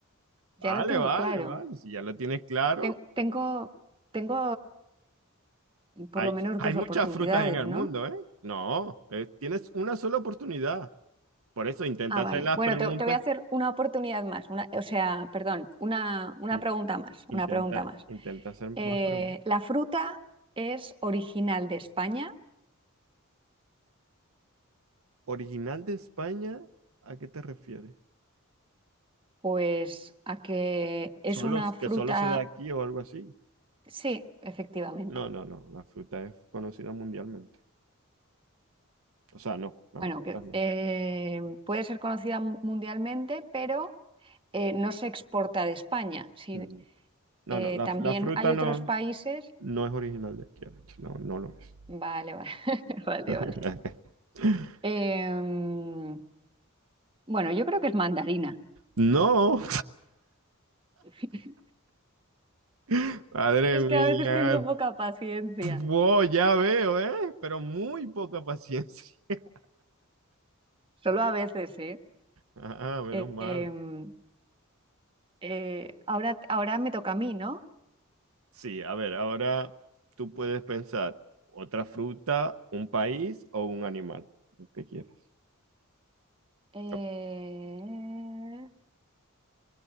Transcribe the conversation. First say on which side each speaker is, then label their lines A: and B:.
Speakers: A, on the right; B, on the right.
A: Ya
B: Vale,
A: lo tengo
B: vale,
A: claro.
B: vale. Si ya lo tienes claro,
A: Ten- tengo, tengo por
B: hay,
A: lo menos
B: hay
A: dos
B: muchas
A: oportunidades,
B: frutas en el
A: ¿no?
B: mundo, ¿eh? No, eh, tienes una sola oportunidad. Por eso intenta
A: Ah,
B: hacer
A: vale.
B: las
A: Bueno,
B: preguntas.
A: te, te voy a hacer una oportunidad más, una, o sea, perdón, una, una
B: in-
A: pregunta más, una
B: intenta,
A: pregunta más.
B: intenta hacer
A: Eh,
B: más preguntas.
A: ¿la fruta es original de España?
B: ¿Original de España? ¿A qué te refieres?
A: Pues a que es
B: ¿Solo,
A: una fruta,
B: que solo se da aquí o algo así?
A: sí, efectivamente.
B: No, no, no. La fruta es conocida mundialmente. O sea, no, las
A: Bueno,
B: respuestas
A: que
B: no.
A: eh, puede ser conocida mu- mundialmente, pero eh, no se exporta de España, si-
B: Mm, No,
A: Eh,
B: no, la,
A: también
B: la fruta
A: hay
B: no,
A: otros países.
B: no es original de aquí, de hecho, no, no lo es.
A: Vale, vale, <laughs> vale,
B: <laughs>
A: vale. Em, bueno, yo creo que es mandarina.
B: No,
A: <laughs>
B: <laughs> madre
A: Es que
B: mía.
A: a veces tengo poca paciencia.
B: Wow, ya veo, ¿eh? Pero muy poca paciencia. <laughs>
A: Solo a veces, ¿eh?
B: Ah, menos
A: Eh,
B: mal.
A: em, eh, ahora, ahora me toca a mí, ¿no?
B: Sí, a ver, ahora tú puedes pensar otra fruta, un país o un animal, lo que quieras.
A: Eh,
B: Ok,